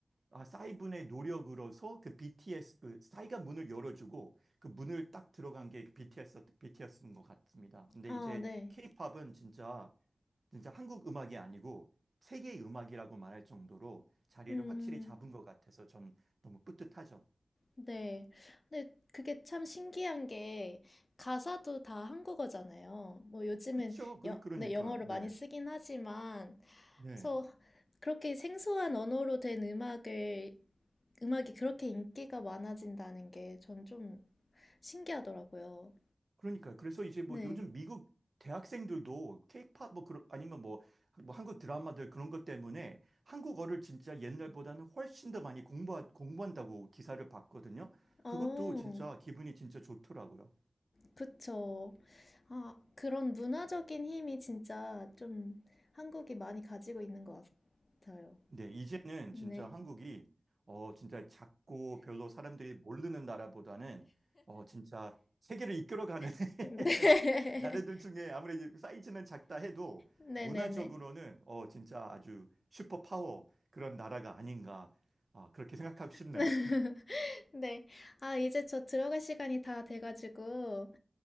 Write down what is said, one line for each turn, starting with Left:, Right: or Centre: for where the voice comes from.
Right: 아 싸이 분의 노력으로서 그 BTS 그 싸이가 문을 열어주고 그 문을 딱 들어간 게 BTS BTS인 것 같습니다. 근데
Left: 아,
Right: 이제
Left: 네.
Right: K-팝은 진짜 진짜 한국 음악이 아니고 세계의 음악이라고 말할 정도로 자리를
Left: 음.
Right: 확실히 잡은 것 같아서 전 너무 뿌듯하죠.
Left: 네. 근데 그게 참 신기한 게 가사도 다 한국어잖아요. 뭐 요즘은
Right: 그쵸? 그러-
Left: 여,
Right: 그러니까요.
Left: 네, 영어로 많이
Right: 네.
Left: 쓰긴 하지만
Right: 네.
Left: 그래서 그렇게 생소한 언어로 된 음악을 음악이 그렇게 인기가 많아진다는 게 전 좀 신기하더라고요.
Right: 그러니까요. 그래서 이제 뭐
Left: 네.
Right: 요즘 미국 대학생들도 케이팝 뭐 그런 아니면 뭐, 뭐 한국 드라마들 그런 것 때문에 한국어를 진짜 옛날보다는 훨씬 더 많이 공부 공부한다고 기사를 봤거든요.
Left: 어,
Right: 그것도 진짜 기분이 진짜 좋더라고요.
Left: 그쵸. 아, 그런 문화적인 힘이 진짜 좀 한국이 많이 가지고 있는 것 같아요.
Right: 네, 이제는
Left: 네.
Right: 진짜 한국이 어 진짜 작고 별로 사람들이 모르는 나라보다는 어 진짜 세계를 이끌어가는 <laughs>
Left: <laughs> 네.
Right: 나라들 중에 아무래도 사이즈는 작다 해도
Left: 네네네.
Right: 문화적으로는 어 진짜 아주 슈퍼 파워 그런 나라가 아닌가 아 그렇게 생각하고 싶네요.
Left: <laughs> 네. 아, 이제 저 들어갈 시간이 다 돼가지고,